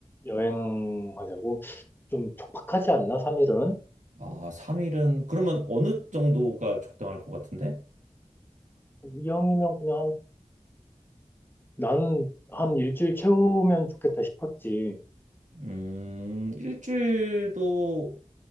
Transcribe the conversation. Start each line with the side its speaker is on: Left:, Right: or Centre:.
Left: 여행하자고. 좀 촉박하지 않나, 3일은?
Right: 아, 3일은 그러면 어느 정도가 적당할 것 같은데?
Left: 이왕이면 그냥 나는 한 일주일 채우면 좋겠다 싶었지.
Right: 음, 일주일도